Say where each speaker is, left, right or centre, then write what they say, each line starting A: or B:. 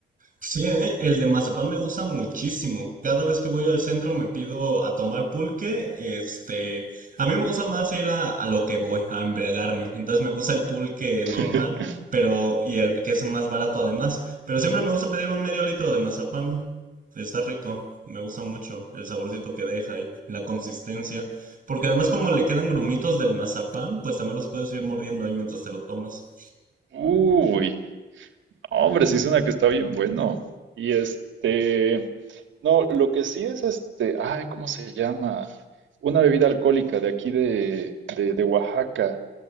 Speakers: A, on the right; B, on the right.
A: Sí, ¿eh? El de mazapán me gusta muchísimo. Cada vez que voy al centro me pido a tomar pulque. Este, a mí me gusta más ir a, a lo que voy, a embriagarme. Entonces me gusta el pulque normal,
B: <laughs>
A: pero y el que es más barato además. Pero siempre me gusta pedir un medio litro de mazapán. Está rico, me gusta mucho el saborcito que deja y la consistencia. Porque además como le quedan grumitos del mazapán, pues también los puedes ir mordiendo ahí mientras te lo tomas.
B: Uy, No, Hombre, sí es una que está bien bueno. Y este, no, lo que sí es este, ay, ¿cómo se llama? Una bebida alcohólica de aquí de, de, de Oaxaca.